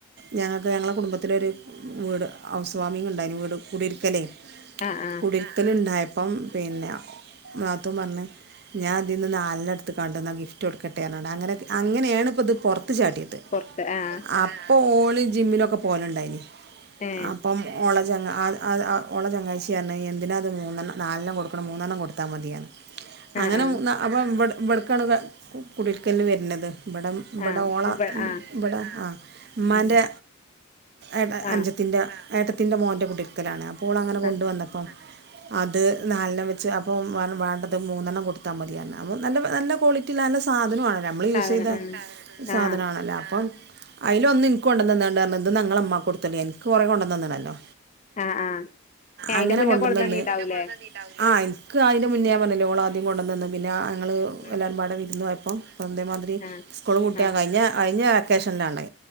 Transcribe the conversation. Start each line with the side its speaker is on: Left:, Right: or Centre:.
Right: ഞങ്ങൾക്ക് ഞങ്ങളുടെ കുടുംബത്തിലൊരു വീട് ഹൗസ്വാാമിംഗണ്ടായിന് വീട് കൂടിരിക്കലേ
Left: ആഹ് ആഹ്
Right: കുടിയിരിക്കൽണ്ടായ അപ്പം പിന്നെ നാത്തുംപറഞ്ഞ് ഞാൻപ്പം ഇതീന്ന് നാലണ്ണട്ത്ത്ക്കാണ്ട് ന്ന ഗിഫ്റ്റൊടുക്കട്ടെർഞാണ്ട് അങ്ങനെ അങ്ങനെയാണ് പ്പം ഇത് പുറ ത്ത്ജാട്ടീട്ട്
Left: പൊറത്ത് ആഹ്
Right: അപ്പൊ ഓള് ജിമ്മിനിലൊക്ക പോകാനുണ്ടായ ഇനി-
Left: ഏഹ്
Right: അപ്പം ഓളെ ചങ്ങ ആത് അത് ഓളെ ചെങ്ങായിച്ചിറഞ്ഞു എന്തിനാത് മൂന്നണ്ണം നാലെണ്ണം കൊടുക്കണം മൂന്നെണ്ണം കൊടുത്താൽ മതി പറഞ്ഞു.
Left: ആഹ്
Right: അങ്ങനെ
Left: ആഹ്
Right: മു നാ വ്ട് വ്ടക്കാണ് കുടിൽക്കൽ ന് വര്നത് വ്ടെ വ്ടെ
Left: ആഹ്
Right: ഓളെ
Left: ഇവ ആഹ്
Right: ഇവിടെ ആ ഉമ്മാന്റെ
Left: ഉം
Right: ഏട
Left: ആഹ്
Right: അഞ്ചത്തിൻ്റെ ഏട്ടത്തിൻ്റെ മോൻ്റെ കുടിൽക്ക ലാണ് ഓൾ അങ്ങനെ കൊണ്ട്
Left: ആഹ്
Right: വന്നപ്പം അത് നാലെണ്ണം വെച്ച് അപ്പം വ് വേണ്ടത് മൂന്നെണ്ണം കൊടുത്താൽ മതിയാർന്ന് അമ്മു നല്ല നല്ല ക്വാളി റ്റിള്ള നല്ല സാധന മ്മൾ യുസെയ്ത
Left: സാധനം ഉം
Right: സാധനാണല്ലോ
Left: ആഹ്
Right: അപ്പൊം അയിലൊന്ന് ൻക്കൊണ്ട ന്നന്നാണ്ട് ത് ന്നാ ങ്ങളമ്മാക്ക് കൊടുത്താണ്ടീ ൻക്ക് കൊറെ കൊണ്ടന്നന്ന്ണല്ലോ
Left: ആഹ് ആഹ് അയിന്റെ
Right: അങ്ങനെ
Left: മുന്നേ
Right: കൊണ്ടന്നന്ന്
Left: കൊടന്നന്നീണ്ടാവൂലേ
Right: ആ ൻക്ക് അയിന്റെ മുന്നേർഞ്ഞില്ലോ
Left: ഉം
Right: ള ന്നിംണ്ടന്നന്ന് ബില ഞങ്ങള്
Left: ഉം
Right: ഇളയമ്മാട വീട്ടില് ഒ അതേമാതിരി
Left: ആഹ്
Right: സ്കൂള് കുട്ടിയാ
Left: ആഹ്
Right: കഴിഞ്ഞ കഴിഞ്ഞ അത്യാവശ്യമുള്ളതാണ്